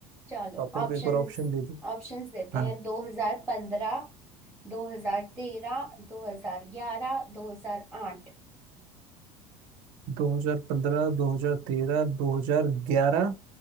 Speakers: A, in the centre; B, on the right.
A: चलो
B: तो आप मेरे
A: ऑप्शंस
B: को एक बार ऑप्शन दे दो
A: ऑप्शंस देते
B: हाँ
A: हैं 2015 2013 2011 2008
B: 2015 2013 2011